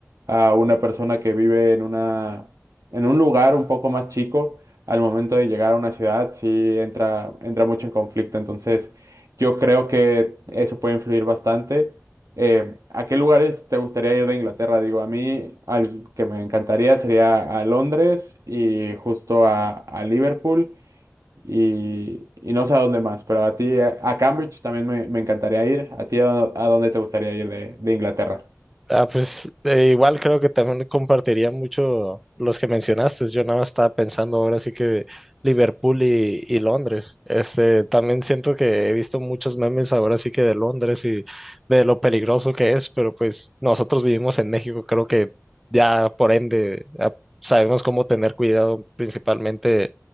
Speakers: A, on the right; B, in the centre.
A: a una persona que vive en una en un lugar un poco más chico, al momento de llegar a una ciudad, sí entra, entra mucho en conflicto. Entonces, yo creo que eso puede influir bastante. Eh, ¿a qué lugares te gustaría ir de Inglaterra? Digo, a mí, al que me encantaría sería a Londres y justo a, a Liverpool y, y no sé a dónde más, pero a ti, a, a Cambridge también me, me encantaría ir. ¿A ti a, dó- a dónde te gustaría ir de, de Inglaterra?
B: Ah, pues eh, igual creo que también compartiría mucho los que mencionaste. Yo nada más estaba pensando ahora sí que Liverpool y, y Londres. Este, también siento que he visto muchos memes ahora sí que de Londres y de lo peligroso que es, pero pues nosotros vivimos en México, creo que ya por ende ah, sabemos cómo tener cuidado principalmente